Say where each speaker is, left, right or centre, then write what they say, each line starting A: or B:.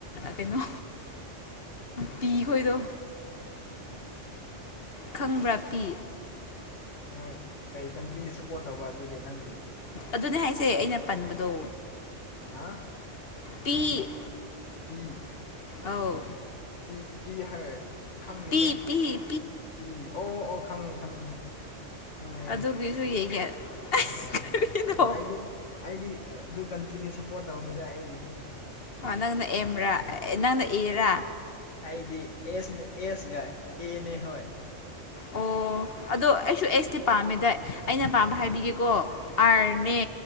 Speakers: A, on the left; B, on the left.
A: ꯎꯝ
B: ꯀꯩꯅꯣ ꯄꯤꯈꯣꯏꯗꯣ
A: ꯎꯝ
B: ꯈꯪꯕ꯭ꯔꯥ ꯄꯤ
A: ꯅꯣꯏ ꯀꯩ ꯀꯟꯇ꯭ꯔꯤꯗ ꯁꯞꯄꯣꯔꯠ ꯇꯧꯕ ꯑꯗꯨꯗꯤ ꯅꯪꯗꯤ
B: ꯑꯗꯨꯅꯦ ꯍꯥꯏꯁꯦ ꯑꯩꯅ ꯄꯟꯕꯗꯣ
A: ꯍꯥ
B: ꯄꯤ
A: ꯄꯤ
B: ꯑꯧ
A: ꯇꯤ ꯇꯤ ꯍꯥꯏꯔ ꯈꯪꯅꯤꯗ
B: ꯄꯤ ꯄꯤ
A: ꯄꯤ ꯑꯣ ꯑꯣ ꯈꯪꯉꯦ ꯈꯪꯉꯦ ꯈꯪꯉꯦ
B: ꯑꯗꯨꯒꯤꯁꯨ ꯌꯦꯡꯉꯦ
A: ꯑꯣ
B: ꯀꯔꯤꯅꯣ
A: ꯑꯩꯗꯤ ꯑꯩꯗꯤ ꯑꯗꯨ ꯀꯟꯇ꯭ꯔꯤꯗ ꯁꯞꯄꯣꯔꯠ ꯇꯧꯗꯦꯗ ꯑꯩꯒꯤꯗꯤ
B: ꯅꯪꯅ ꯑꯦꯝ꯭ꯔꯥ ꯅꯪꯅ ꯑꯦꯔꯥ
A: ꯑꯩꯗꯤ ꯑꯦꯁꯅꯦ ꯑꯦꯁ ꯒ ꯑꯦꯅꯦ ꯍꯣꯏ
B: ꯑꯣ ꯑꯗꯣ ꯑꯩꯁꯨ ꯑꯦꯁ ꯇꯤ ꯄꯥꯝꯃꯦꯗ ꯑꯩꯅ ꯄꯥꯝꯕ ꯍꯥꯏꯕꯤꯒꯦꯀꯣ ꯑꯥꯔꯅꯦ
A: ꯎꯝ